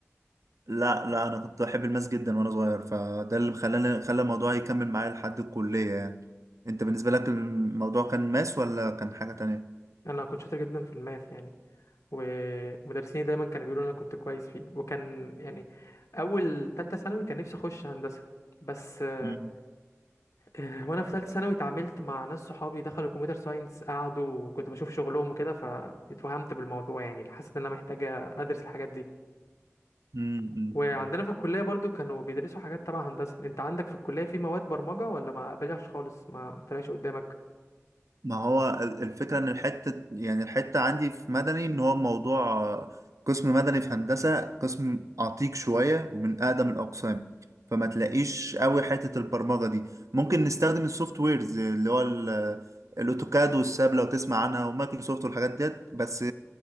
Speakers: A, on the right; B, on the left.
A: لا لا انا كنت بحب الماس جدا وانا صغير فده اللي خلاني خلى الموضوع يكمل معايا لحد الكلية يعني انت بالنسبة لك الموضوع كان ماس ولا كان حاجة تانية؟
B: انا كنت شاطر جدا في الماث يعني ومدرسيني دايما كانوا بيقولوا انا كنت كويس فيه وكان يعني اول تالتة ثانوي كان نفسي اخش هندسة بس <laughs> آه،
A: مم.
B: آه، وانا في ثالثه ثانوي اتعاملت مع ناس صحابي دخلوا كمبيوتر ساينس قعدوا وكنت بشوف شغلهم وكده فاتوهمت بالموضوع يعني حسيت ان انا محتاجه ادرس الحاجات دي
A: مم.
B: وعندنا
A: مم.
B: في الكلية برضو كانوا بيدرسوا حاجات تبع هندسة انت عندك في الكلية في مواد برمجة ولا ما قابلهاش خالص ما طلعش قدامك
A: ما هو ال- الفكرة إن الحتة يعني الحتة عندي في مدني إن هو موضوع آه، قسم مدني في هندسة قسم عتيق شوية ومن أقدم الأقسام فما تلاقيش قوي حتة البرمجة دي ممكن نستخدم السوفت ويرز اللي هو ال- الأوتوكاد والساب لو تسمع عنها ومايكروسوفت والحاجات ديت بس